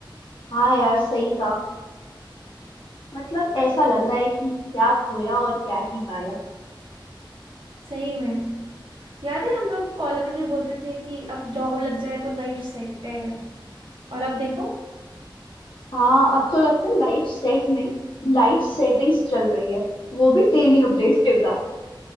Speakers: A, on the left; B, on the right.
A: हाँ यार सही कहा मतलब ऐसा लग रहा है कि क्या खोया और क्या ही पाया
B: सही में याद है हम लोग कॉलेज में बोलते थे कि अब जॉब लग जाए तो लाइफ सेट है और अब देखो
A: हाँ अब तो लगता है लाइफ सेट नहीं लाइफ सेटिंग्स चल रही है वो भी डेली अपडेट के साथ